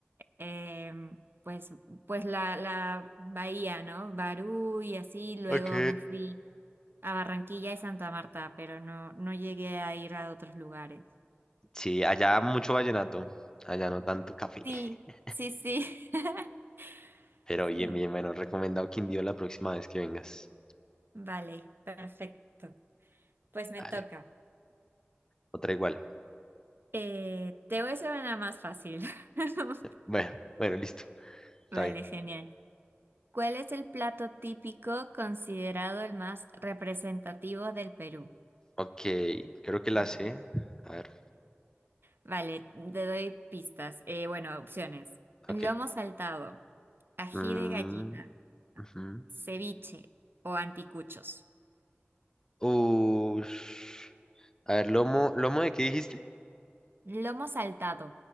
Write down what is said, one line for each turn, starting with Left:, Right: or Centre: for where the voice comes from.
Right: em, pues, pues la, la bahía, ¿no? Barú y así, luego
Left: Ok.
Right: me fui a Barranquilla y Santa Marta, pero no, no llegué a ir a otros lugares.
Left: Sí, allá mucho vallenato. Allá no tanto café.
Right: Sí,
Left: <laughs>
Right: sí, sí. <laughs>
Left: Pero bien,
Right: Sí.
Left: bien, bueno. Recomendado Quindío la próxima vez que vengas.
Right: Vale, perfecto. Pues me
Left: Dale.
Right: toca.
Left: Otra igual.
Right: Eh, te voy a hacer una más fácil. <laughs>
Left: Bueno, bueno, listo. Está
Right: Vale,
Left: bien.
Right: genial. ¿Cuál es el plato típico considerado el más representativo del Perú?
Left: Ok. Creo que la
Right: Vale.
Left: sé. A ver.
Right: Vale, te doy pistas. Eh, bueno, opciones.
Left: Ok.
Right: Lomo saltado, ají
Left: Mm,
Right: de gallina,
Left: ujú.
Right: ceviche o anticuchos.
Left: Ush. A ver, lomo, ¿lomo de qué dijiste?
Right: Lomo saltado.